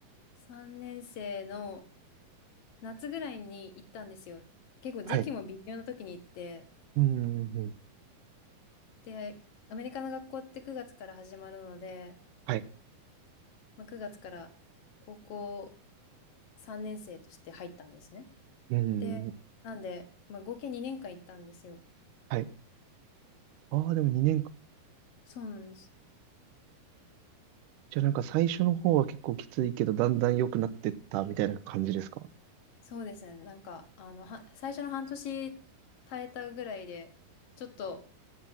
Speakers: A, on the left; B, on the right.
A: 3年生の夏ぐらいに行ったんですよ。結構時期も微妙な時に行って、
B: はい。うん、うん、うん
A: で、アメリカの学校って9月から始まるので、
B: はい。
A: まあ、9月から高校3年生として入ったんですね。
B: うん、うんうん
A: で、なんで、まあ、合計2年間行ったんですよ。
B: はい。ああ、でも2年
A: そうなんです。
B: じゃあなんか最初の方は結構きついけど、だんだん良くなってったみたいな感じですか
A: そうですね。なんか、あの、は、最初の半年耐えたぐらいで、ちょっと、